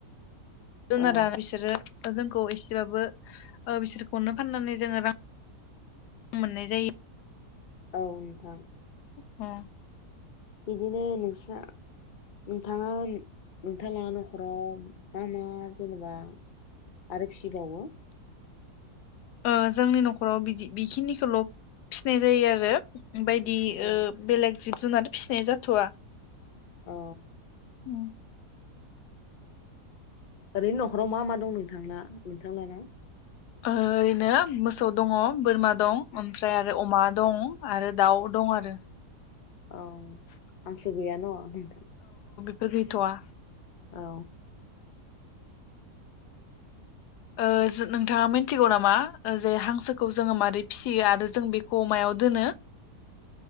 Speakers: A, on the left (about 80°); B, on the left (about 45°).
A: जुनारा
B: औ
A: बिसोर जोंखौ एसेबाबो ओ बिसोरखौनो फाननानै जोङो रां मोननाय जायो।
B: औ नोथां।
A: औ।
B: बिदिनो नोंसा नोंथाङा नोंथाङला न'खराव मा मा जेनेबा आरो फिसिबावो?
A: ओ जोंनि न'खराव बिदि बेखिनिखौल' फिनाय जायो आरो। बायदि
B: औ
A: ओ बेलेग जिब जुनार फिसिनाय जाथ'आ।
B: औ।
A: औ।
B: ओरैनो न'खराव मा मा दं नोंथांना नोंथांला ना?
A: ओरैनो मोसौ दङ' बोरमा दं, ओमफ्राय आरो अमा दं आरो दाउ दं आरो।
B: औ। आंसो गैया न' होनथ।
A: गैथ'आ।
B: औ।
A: ओ जो नोंथाङा मिथिगौ नामा जे हांसोखौ जोङो माबोरै फिसियो आरो जों बेखौ मायाव दोनो?